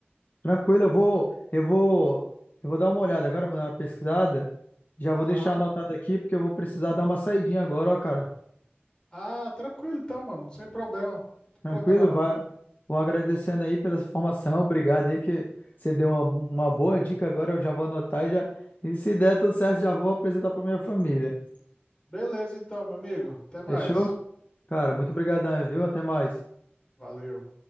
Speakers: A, on the left (about 45°); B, on the left (about 20°).
A: tranquilo, eu vou eu vou eu vou dar uma olhada agora, vou dar uma pesquisada. Já vou
B: Aham.
A: deixar anotado aqui porque eu vou precisar dar uma saidinha agora, ó, cara.
B: Ah, tranquilo então, mano, sem problema. Não tem
A: Tranquilo,
B: problema não.
A: vai, vou agradecendo aí pela informação, obrigado aí que você deu uma, uma boa dica agora, eu já vou anotar e já, e se der tudo certo, já vou apresentar para minha família.
B: Beleza então, meu amigo. Até mais.
A: Fechou? Cara, muito obrigadão, viu? Até mais.
B: Valeu.